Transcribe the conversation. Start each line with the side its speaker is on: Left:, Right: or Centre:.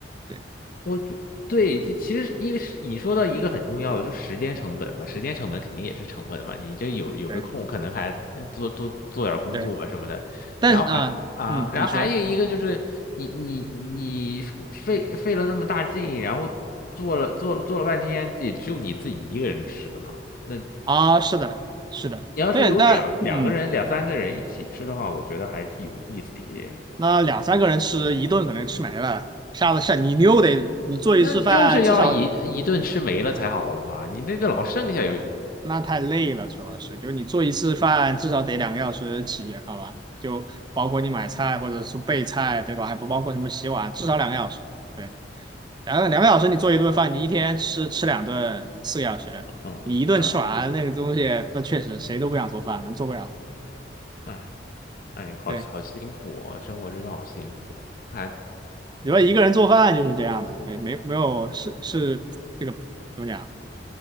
Right: 对
Left: 我就对，这其实是因为是你说到一个很重要的，就时间成本嘛，时间成本肯定也是成本嘛，你这有有这空，
Right: 对
Left: 可能还呃做多做点儿工作啊什么的，
Right: 对，但是啊、
Left: 然后还啊，
Right: 嗯，
Left: 然后还有一个就是你你你费费了那么大劲，
Right: 你说
Left: 然后做了做了做了半天，也只有你自己一个人吃的嘛。那。
Right: 啊、是的，是的，
Left: 你要是有两两个人、
Right: 对，但嗯。
Left: 两三个人一起吃的话，我觉得还是有意思一点。
Right: 那两三个人吃一顿可能吃没了，下次下你你又得你做一次饭至少
Left: 那就是要一一顿吃没了才好了嘛，你那个老剩下有，
Right: 那太累了，主要是就你做一次饭至少得两个小时起，好吧？就包括你买菜或者是备菜，对吧？还不包括什么洗碗，至少两个小时。对，两个两个小时你做一顿饭，你一天吃吃两顿，四个小时，
Left: 嗯嗯，
Right: 你一顿吃完那个东西，那确实谁都不想做饭，能做不了。
Left: 哎哎，好好辛苦哦，
Right: 对，
Left: 生活真的好辛苦。还
Right: 你说一个人做饭就是这样的，
Left: 我
Right: 没没没有是是这个怎么讲？